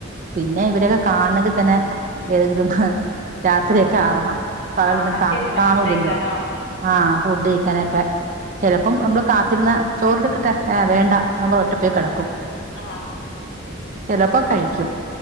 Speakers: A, on the right (about 40°); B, on the left (about 60°).
A: പിന്നെ ഇവരൊക്കെ കാൺണങ്കി തന്നെ ഏതെങ്കിലും ഹ രാത്രിയൊക്കെയാവണം. പകലൊന്നും
B: ആഹ്
A: കാണ്
B: ശരിയെന്നെ
A: കാണൂല്ലല്ലോ.
B: ഫുഡ് കഴിക്കാനോ
A: ആഹ് ഫുഡ് കഴിക്കാനൊക്കെ ചിലപ്പം നമ്മള് കാത്തിരുന്നാ ചോറെടുക്കട്ടെ, എ വേണ്ട നമ്മൾ ഒറ്റപ്പായി കിടക്കും.
B: ആഹ്
A: ചിലപ്പോ കഴിക്കും.